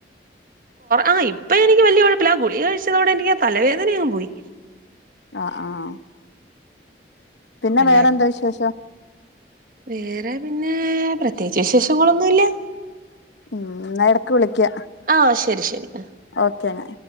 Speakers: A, on the right; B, on the left.
A: ആഹ് ഇപ്പൊ എനിക്ക് വലിയ കൊഴപ്പയില്ല ഗുളി കഴിച്ചതോടെ എനിക്ക് തലവേദന അങ്ങ് പോയി
B: ആഹ് ആഹ് ആഹ് പിന്നെ
A: അല്ലാതെ
B: വേറെന്താ വിശേഷം?
A: വേറെ പിന്നെ പ്രത്യേകിച്ച് വിശേഷങ്ങളൊന്നുമില്ല.
B: ഉം എന്നാ എടക്ക് വിളിക്യ.
A: ആഹ്ശരി ശരി
B: ഓക്കെ എന്ന